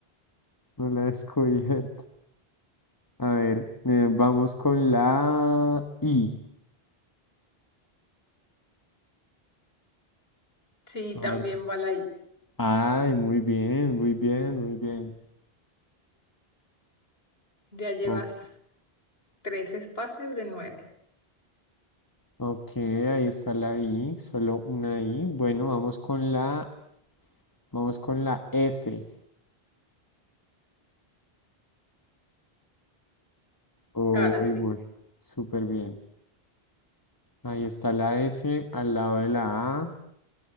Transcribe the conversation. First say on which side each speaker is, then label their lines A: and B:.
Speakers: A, on the left (about 20°); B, on the left (about 70°).
A: no la he descubierto. A ver, eh, vamos con la I.
B: Sí,
A: A
B: también
A: ver.
B: va la I.
A: Ay, muy bien, muy bien, muy bien.
B: Ya llevas
A: Ok,
B: tres espacios de nueve.
A: ok, ahí está la I, solo una I. Bueno, vamos con la, vamos con la S. Uy,
B: Ahora sí,
A: voy súper bien. Ahí está la S al lado de la A.